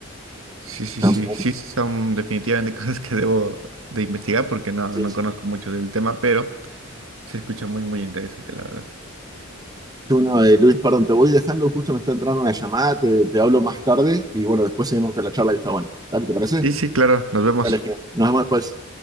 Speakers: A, on the right; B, on the right.
A: sí, sí,
B: Está
A: sí,
B: muy-
A: sí, sí son definitivamente <laughs> cosas que debo de investigar porque no,
B: sí,
A: no
B: sí.
A: conozco mucho del tema, pero se escucha muy, muy interesante, la verdad.
B: Bueno, eh, Luis, perdón, te voy dejando, justo me está entrando una llamada, te, te hablo más tarde y bueno, después seguimos con la charla que está buena. Dale, ¿te parece?
A: Sí, sí, claro. Nos vemos.
B: Dale, genial. nos vemos después.